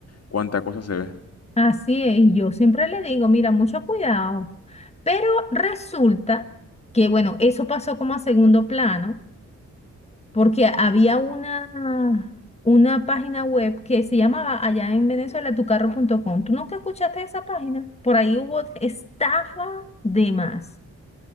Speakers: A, on the left (about 50°); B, on the left (about 20°).
A: cuánta cosa se ve.
B: Así es, yo siempre le digo, mira, mucho cuidado. Pero resulta que, bueno, eso pasó como a segundo plano, porque había una, una página web que se llamaba allá en Venezuela tucarro.com. ¿Tú nunca escuchaste esa página? Por ahí hubo estafa de más.